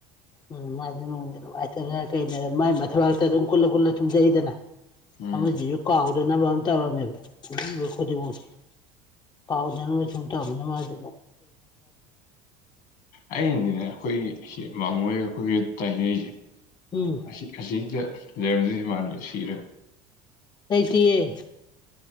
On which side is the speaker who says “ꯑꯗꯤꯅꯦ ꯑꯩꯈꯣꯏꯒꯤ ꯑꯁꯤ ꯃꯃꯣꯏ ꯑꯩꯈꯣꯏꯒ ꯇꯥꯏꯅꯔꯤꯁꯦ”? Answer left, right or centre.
Left